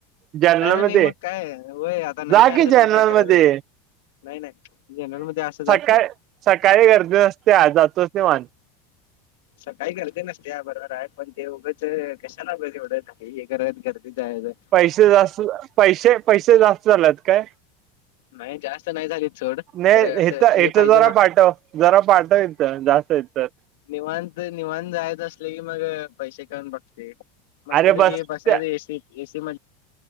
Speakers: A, on the right; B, on the left.
A: जर्नल
B: नाई नाई
A: मध्ये
B: नाई मग काय वय आता
A: जा
B: नाई मीळालं
A: की
B: तर
A: जर्नल
B: मग काय कराय
A: मध्ये
B: नाई नाई जनरल मध्ये असं जात
A: काय सकाळी गर्दी नसती या जातोस निवांत.
B: सकाळी गर्दी नसतेया बरोबराय पण ते उगंच कशाला ऊग एवढंच घाई करत गर्दीत जाण्याचं.
A: पैसे जास्त पैसे पैसे जास्त झाल्यात काय?
B: नाही जास्त नाही झाली सोड
A: नाय
B: खरं असं
A: हेत हेतं
B: हे पाहिजे
A: जरा
B: ना
A: पाठव. जरा पाठव हीथं जास्त हाईत तर.
B: निवांत निवांत जायचं असलं की मग पैसे कोण बघतंय. मस्तपैकी
A: अरे बस
B: बसायचं
A: त्या
B: ए. सी. त ए. सी. मध्ये